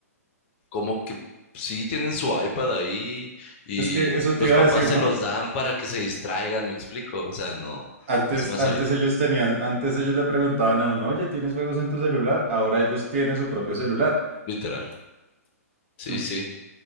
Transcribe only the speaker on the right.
Es que eso
te iba
a decir,
¿no?
Antes,
antes
ellos tenían, antes ellos le preguntaban a uno, oye, ¿tienes juegos en tu celular? Ahora ellos tienen su propio celular.
Mm.